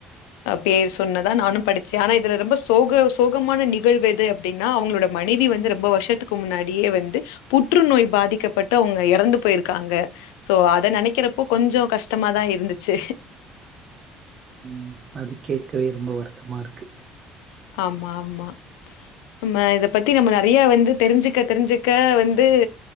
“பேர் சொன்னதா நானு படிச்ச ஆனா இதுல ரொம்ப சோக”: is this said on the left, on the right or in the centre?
Left